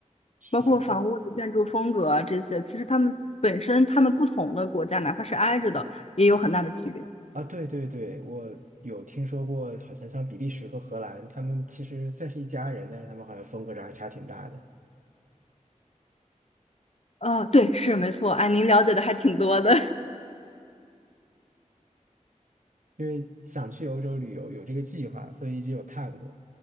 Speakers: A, on the right; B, on the left.
A: 是这样。
B: 包括房屋的建筑风格啊这些，其实他们本身他们不同的国家，哪怕是挨着的，也有很大的区别。
A: 啊，对对对，我有听说过，好像像比利时和荷兰，他们其实算是一家人，但是他们好像风格上还差挺大的。
B: 哦，对，是没错，哎，您了解的还挺多的，
A: 因为想去欧洲旅游，有这个计划，所以一直有看过。